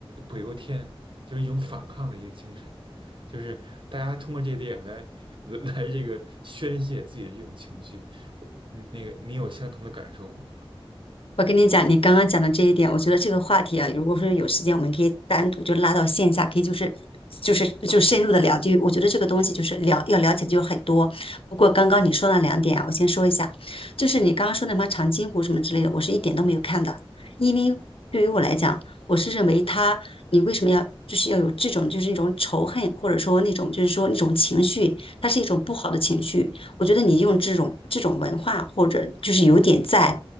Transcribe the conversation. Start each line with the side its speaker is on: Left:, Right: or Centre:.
Right: 不由天。就是一种反抗的一个精神，就是大家通过这个电影来来这个宣泄自己的这种情绪。我嗯那个你有相同的感受吗？
Left: 我跟你讲，你刚刚讲的这一点，我觉得这个话题啊，如果说有时间，我们可以单独就拉到线下，可以就是就是就深入的聊。就我觉得这个东西就是了要了解的就很多。不过刚刚你说那两点啊，我先说一下，就是你刚刚说那什么长津湖什么之类的，我是一点都没有看的，因为对于我来讲，
Right: 嗯
Left: 我是认为他你为什么要就是要有这种就是那种仇恨，或者说那种就是说那种情绪，它是一种不好的情绪。我觉得你用这种这种文化，或者就是有点在